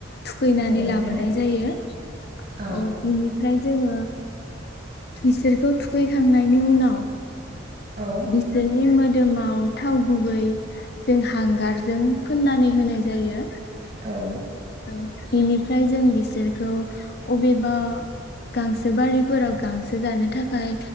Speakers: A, on the left (about 55°); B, on the right (about 45°).
A: थुखैनानै
B: औ नंगौ
A: लाबोनाय जायो
B: औ
A: बिनिफ्राय जोङो बिसोरखौ थुखैखांनायनि उनाव
B: औ
A: बिस्नि मो दोमाव थाव गुबै जों हांगारजों फोननानै होनाय जा जायो।
B: औ
A: बेनिफ्राय जों बिसोरखौ अबेबा गांसो बारिफोराव गांसो जानो थाखाय